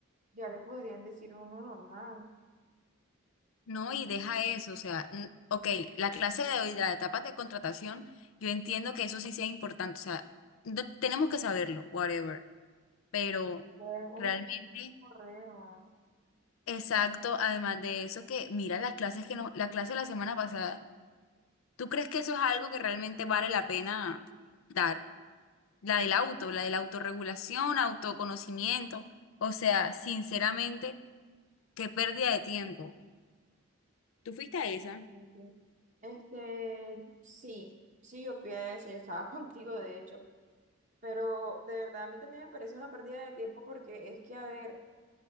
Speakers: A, on the right; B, on the left.
A: ya le podrían decir a uno normal.
B: No, y deja eso, o sea, n- ok, la clase de hoy, la etapa de contratación, yo entiendo que eso sí sea importante, o sea, no- tenemos que saberlo, whatever, pero
A: Puede Uno
B: realmente,
A: con un correo.
B: exacto, además de eso que mira las clases que no, la clase de la semana pasada, ¿tú crees que eso es algo que realmente vale la pena dar? la del auto, la de la autorregulación, autoconocimiento. O sea, sinceramente, qué pérdida de tiempo. ¿Tú fuiste a esa?
A: realmente. Este, sí, sí, yo de eso, yo estaba <laughs> contigo, de hecho, pero de verdad a mí también me parece una pérdida de tiempo porque es que, a ver,